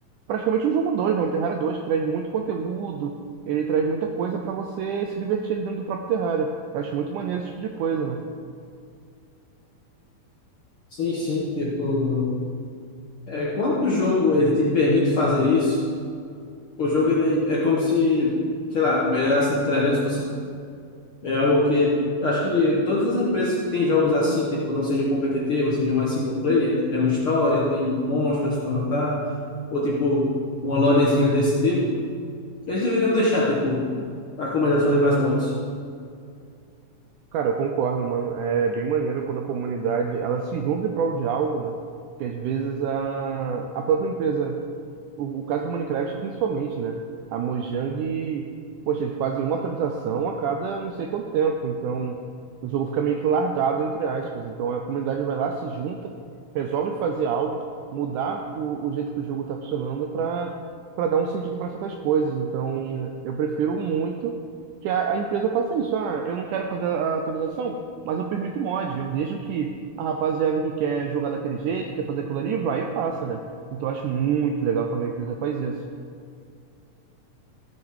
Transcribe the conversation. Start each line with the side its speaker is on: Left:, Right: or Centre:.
Right: praticamente um jogo dois né? Um Terraria 2 que traz muito conteúdo, ele traz muita coisa pra você se divertir ali dentro do próprio Terraria. Eu acho muito maneiro esse tipo de coisa, né?
Left: Sim, sim, tipo. É, quando o jogo ele te permite fazer isso, o jogo ele é como se, sei lá, melhorasse 300%. É algo que acho que todas as empresas que têm jogos assim, tipo, não seja competitivo, seja mais single player, que tem uma história, tem monstros para matar, ou tipo, uma lorezinha desse tipo, eles deveriam deixar, tipo, a comunidade fazer mais mods.
Right: Cara, eu concordo, mano. É bem maneiro quando a comunidade ela se junta em prol de algo, né? Que às vezes a, a própria empresa O, o caso do Minecraft, principalmente, né? A Mojang, poxa, eles fazem uma atualização a cada não sei quanto tempo. Então, o jogo fica meio que largado, entre aspas. Então, a comunidade vai lá, se junta, resolve fazer algo, mudar o, o jeito que o jogo está funcionando para para dar um sentido para certas coisas. Então, eu prefiro muito que a, a empresa faça isso. Ah, eu não quero fazer a atualização, mas eu permito mod. Eu deixo que a rapaziada que quer jogar daquele jeito, quer fazer aquilo ali, vai e faça, né? Então eu acho muito legal quando a empresa faz isso.